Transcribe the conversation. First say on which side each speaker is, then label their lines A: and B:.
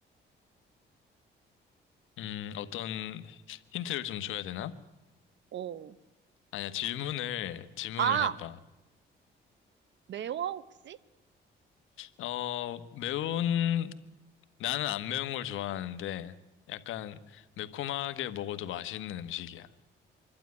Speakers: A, on the left; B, on the right.
A: 음, 어떤 힌트를 좀 줘야 되나?
B: 어.
A: 아니야, 질문을, 질문을
B: 아!
A: 해봐.
B: 매워, 혹시?
A: 어, 매운, 나는 안 매운 걸 좋아하는데, 약간 매콤하게 먹어도 맛있는 음식이야.